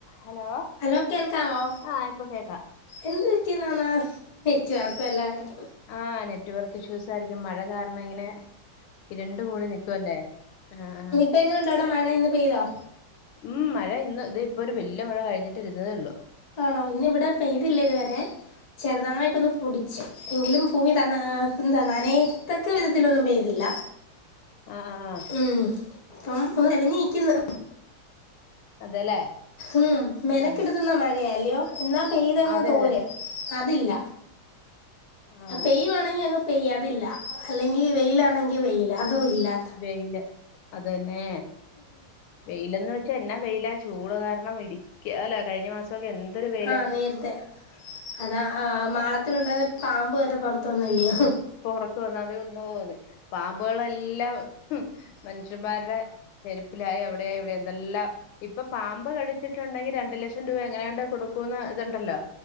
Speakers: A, on the left (about 80°); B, on the left (about 55°).
A: Hello
B: hello കേൾക്കാവോ
A: ആഹ് ഇപ്പൊ കേക്കാം
B: എന്ത്‌ ക്കിന്നാന്നോ നെറ്റ് വർക്ക് വല്ലാർക്കും
A: ആഹ് നെറ്റ് വർക്ക് ഇഷ്യൂസ് ആയിരിക്കും മഴ കാരണം ഇങ്ങനെ ഇരണ്ട് മൂടി നിക്കുവല്ലേ ആഹ് ആഹ്
B: ഇപ്പ എങ്ങനെ ണ്ടവിടെ മഴ ഇന്ന് പെയ്തൊ
A: ഉം മഴ ഇന്ന് ഇതേ ഇപ്പൊ ഒരു വെല്ല്യേ മഴ കഴിഞ്ഞിട്ടിരുന്നതേ ഒള്ളൂ
B: ആണോ ഇന്നിവടെ പെയ്തില്ല ഇതുവരെ ചെറുതായിട്ടൊന്ന് പുടിച്ച് എങ്കിലും ഭൂമി തന്ന എന്താ നനയത്തക്ക വിധത്തിലൊന്നും പെയ്തില്ല
A: ആഹ് ആഹ് ആഹ്
B: ഉം ഇപ്പം ഒന്ന് തെളിഞ്ഞ നിക്കുന്നു
A: അതെല്ലേ
B: ഉം മെനക്കെടുത്തുന്നാ
A: ഉം
B: മ ഴയാ അല്ലയോ എന്നാ പെയ്തങ്ങ്
A: അതെ
B: തോര്
A: അതെ
B: അതില്ല
A: ആഹ്
B: പെയ്യുവാണെങ്കി അങ്ങ് പെയ്യ അതില്ല അല്ലെങ്കിൽ വെയിലാണെങ്കിൽ വെയിൽ അതും ഇല്ലാ
A: വെയില് അതന്നെ വെയിലന്ന് വെച്ചാ എന്നാ വെയില ചൂട് കാരണം ഇരിക്ക അല്ല കഴിഞ്ഞ മാസം സൊക്കെ എന്തരു വെയി
B: ആഹ് നേരത്തെ അതാ ആഹ് മാളത്തിലുണ്ടാന്ന പാമ്പ് വരെ പൊറത്ത് വന്നില്ലയോ
A: പൊറത്ത് വന്ന അതി ഉന്നു അറി പാമ്പുകളെല്ലാം മനുഷ്യന്മാരുടെ ചെരുപ്പിലായി അവിടെയ ഇവിടെ എന്തെല്ലാം ഇപ്പൊ പാമ്പ് കടിച്ചിട്ടുണ്ടെങ്കി രണ്ടു ലക്ഷം രൂപ എങ്ങനെയാണ്ട് കൊടുക്കൂന്ന് ഇതുണ്ടല്ലോ